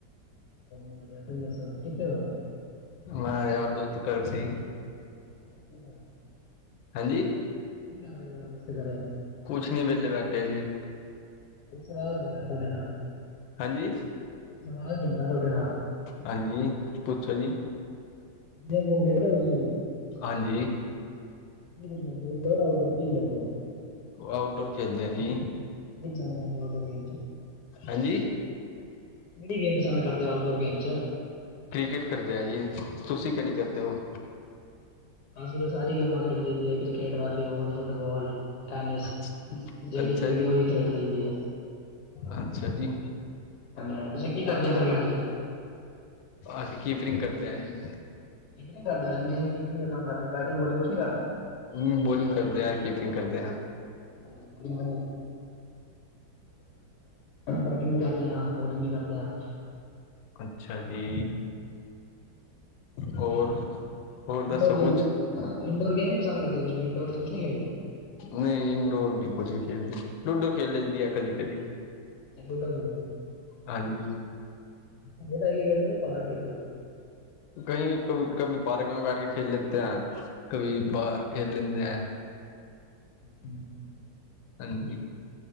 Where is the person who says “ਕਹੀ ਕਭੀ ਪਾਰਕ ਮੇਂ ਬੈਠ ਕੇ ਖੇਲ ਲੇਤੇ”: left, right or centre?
Left